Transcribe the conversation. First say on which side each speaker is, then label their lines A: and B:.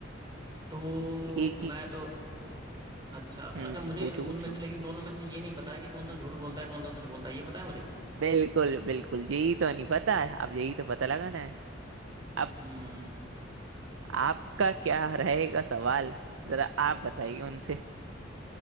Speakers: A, on the right; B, on the right.
A: तो
B: एक ही
A: मैं तो अच्छा
B: हम्म,
A: अच्छा मुझे
B: पूछो
A: इन- उनमें
B: पूछो
A: से लेकिन दोनों में से ये नहीं पता है कि कौन सा झूठ बोलता है कौन सा सच बोलता है ये पता है मुझे
B: बिल्कुल बिल्कुल यही तो नहीं पता है अब यही तो पता लगाना है अब
A: हम्म
B: आपका क्या रहेगा सवाल जरा आप
A: अच्छा
B: बताइए उनसे